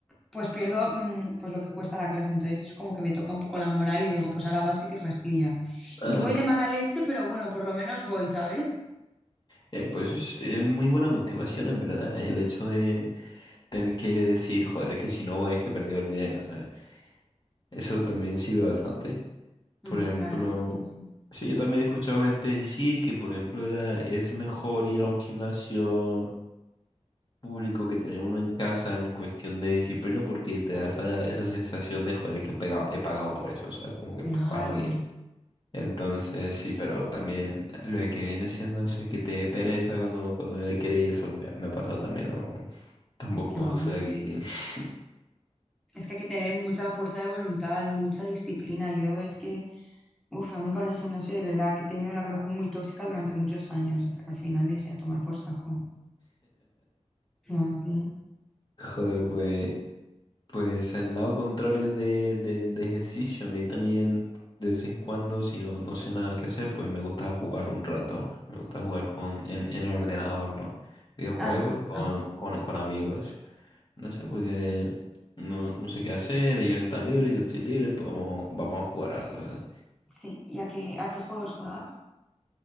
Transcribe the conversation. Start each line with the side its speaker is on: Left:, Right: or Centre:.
Centre: pues pierdo mm, pues lo que cuesta la clase. Entonces eso como que me toca un poco la moral y digo, pues ahora vas y te fastidias.
Left: Vamos,
Centre: Y voy de mala leche, pero bueno, por lo menos voy, ¿sabes?
Left: eh, pues es, es muy buena motivación en verdad, eh, el hecho de tener que decir, joder, es que si no voy es que he perdido el dinero, ¿sabes? Eso también sirve bastante.
Centre: Mm,
Left: Por ejemplo,
Centre: la verdad es que sí.
Left: sí, yo también he escuchado gente decir que, por ejemplo, era, es mejor ir a un gimnasio público que tener uno en casa en cuestión de disciplina porque te da esa, esa sensación de, joder, es que he pega- he pagado por eso, ¿sabes? Como que
Centre: Claro.
Left: para no ir. Entonces, sí, pero también lo que viene siendo eso de que te dé pereza cuando, cuando él quiere eso, me, me ha pasado también, ¿no? Tampoco
Centre: Es que vamos.
Left: soy aquí. <laughs>
Centre: Es que hay que tener mucha fuerza de voluntad y mucha disciplina. Yo es que, uff, a mí con el gimnasio de verdad que he tenido una relación muy tóxica durante muchos años, hasta que al final dije a tomar por saco. No, es que...
Left: Joder, pues, pues el lado contrario de, de, de ejercicio, a mí también de vez en cuando, si no, no sé nada que hacer, pues me gusta jugar un rato. Me gusta jugar con, en, en el ordenador, ¿no? Videojuegos
Centre: Ah,
Left: con,
Centre: ah,
Left: con, con amigos. No sé, porque no, no sé qué hacer, ellos están libres, yo estoy libre, pues vamos, vamos a jugar algo, ¿sabes?
Centre: sí. ¿Y a qué, a qué juegos juegas?